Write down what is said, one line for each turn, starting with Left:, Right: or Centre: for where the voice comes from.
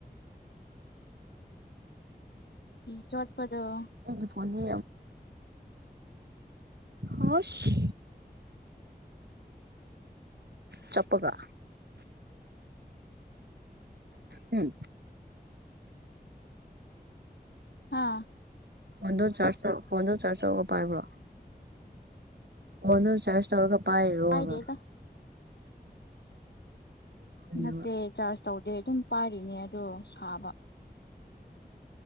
Left: ꯐꯤ ꯆꯣꯠꯄꯗꫭ
Right: ꯑꯩꯒꯤ ꯐꫭꯟꯗꯤ ꯍꯣꯁ ꯆꯞꯄꯒ ꯍꯝ
Left: ꯍꯥꯥ
Right: ꯐꯣꯟꯗꫭ ꯆꯥꯔꯖ ꯇꯧ ꯐꯣꯟꯗꫭ ꯆꯥꯔꯖ ꯇꯧꯔꯒ ꯄꯥꯏꯕ꯭ꯔꯣ ꯐꫭꯟꯗꯨ ꯆꯥꯔꯖ ꯇꯧꯔꯒ ꯄꯥꯏꯔꯤꯔꯣ
Left: ꯄꯥꯏꯗꯦꯗ
Right: ꯍꯥꯏꯕ ꯍꯥꯏꯕ
Left: ꯅꯠꯇꯦ ꯆꯥꯔꯖ ꯇꯧꯗꯦ ꯑꯗꯨꯝ ꯄꯥꯏꯔꯤꯅꯦ ꯑꯗꯣ ꯁꯥꯕ